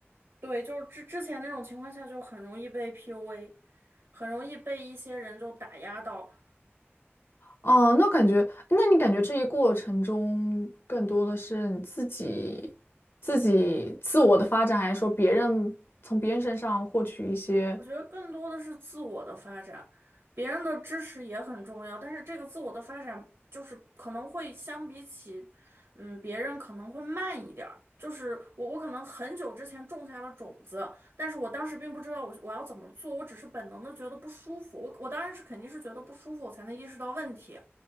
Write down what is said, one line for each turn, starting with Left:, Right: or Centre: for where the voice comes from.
Right: 对，就是之之前那种情况下就很容易被 PUA，很容易被一些人就打压到。
Left: 哦，那感觉，那你感觉这一过程中更多的是你自己、自己自我的发展，还是说别人从别人身上获取一些？
Right: 我觉得更多的是自我的发展，别人的支持也很重要，但是这个自我的发展就是可能会相比起，嗯，别人可能会慢一点儿。就是我，我可能很久之前种下了种子，但是我当时并不知道我我要怎么做，我只是本能的觉得不舒服。我我当然是肯定是觉得不舒服，我才能意识到问题。